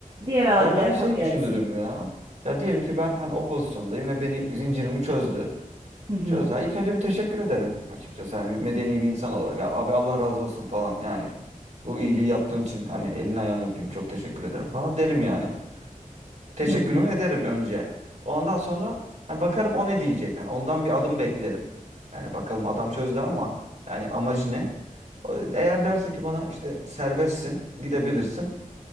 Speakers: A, on the right; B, on the right.
A: diğer abiler
B: ya ben şey
A: kapıyı
B: düşünürüm
A: açsın.
B: ya. Ya diyelim ki ben hani o pozisyondayım ve beni zincirimi çözdü.
A: Hı hı.
B: Çözer. İlk önce bir teşekkür ederim açıkçası. Hani bir medeni bir insan olarak. Ya Abi Allah razı olsun falan yani. Bu iyiliği yaptığın için hani elini ayağını öpeyim çok teşekkür ederim falan derim yani. Teşekkürümü
A: Hı hı.
B: ederim önce. Ondan sonra hani bakarım o ne diyecek. Hani ondan bir adım beklerim. Yani bakalım adam çözdü ama yani amacı ne? O- Eğer derse ki bana işte serbestsin gidebilirsin.